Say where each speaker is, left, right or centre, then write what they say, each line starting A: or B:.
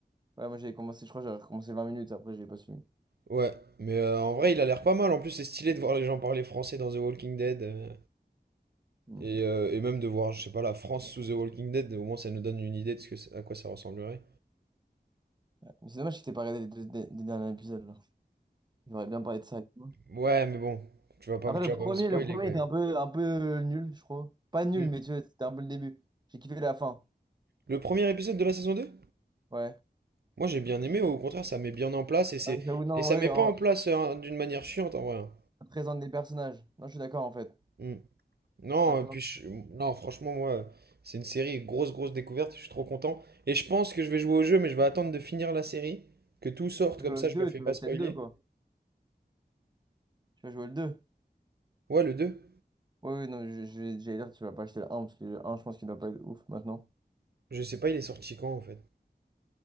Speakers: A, on the right; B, on the right.
A: Ouais, moi j'avais commencé, je crois, j'avais recommencé 20 minutes, après j'ai pas suivi.
B: Ouais, mais euh, en vrai, il a l'air pas mal. En plus, c'est stylé de voir les gens parler français dans The Walking Dead, euh,
A: Mm.
B: et, euh, et même de voir, je sais pas, la France sous The Walking Dead, au moins, ça nous donne une idée de ce que, c'est- à quoi ça ressemblerait.
A: Mais C'est dommage que t'aies pas regardé les deux des- des derniers épisodes, là. J'aurais bien parlé de ça. avec toi.
B: Ouais, mais bon, tu vas pas,
A: Après,
B: me- tu
A: le
B: vas
A: premier,
B: pas me spoiler
A: le premier
B: quand même.
A: était un peu, un peu nul, je crois. Pas nul,
B: Mm.
A: mais tu vois, c'était un peu le début. J'ai kiffé la fin.
B: Le premier épisode de la saison deux
A: Ouais.
B: Moi j'ai bien aimé, au contraire, ça met bien en place et c'est
A: Ah, J'avoue, non,
B: et
A: en
B: ça
A: vrai,
B: met pas
A: en
B: en place hein, d'une manière chiante en vrai. hein.
A: ça présente des personnages. Non, je suis d'accord, en fait.
B: Mm. Non,
A: Ça présente.
B: et puis je- non, franchement moi, c'est une série grosse grosse découverte, je suis trop content et je pense que je vais jouer au jeu mais je vais attendre de finir la série, que tout sorte
A: Je
B: comme
A: veux
B: ça
A: le 2,
B: je me fais
A: tu
B: pas
A: vas acheter
B: spoiler.
A: le 2 quoi. Tu vas jouer le deux
B: Ouais, le deux
A: oui ouais, non, je- je- j'allais dire, tu vas pas acheter le un parce que le un je pense qu'il doit pas être ouf maintenant.
B: Je sais pas, il est sorti quand en fait.